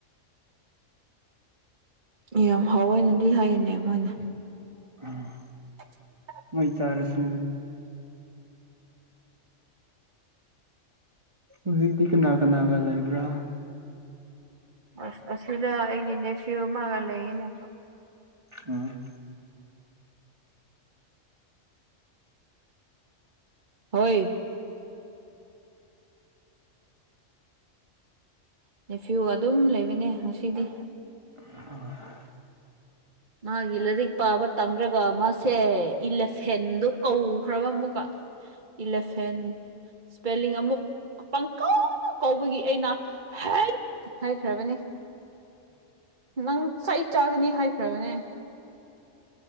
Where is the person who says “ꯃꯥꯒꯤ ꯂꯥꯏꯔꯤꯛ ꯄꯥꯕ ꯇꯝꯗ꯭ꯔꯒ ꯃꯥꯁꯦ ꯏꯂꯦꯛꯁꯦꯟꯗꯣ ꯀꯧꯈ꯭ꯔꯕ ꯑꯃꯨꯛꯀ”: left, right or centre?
Right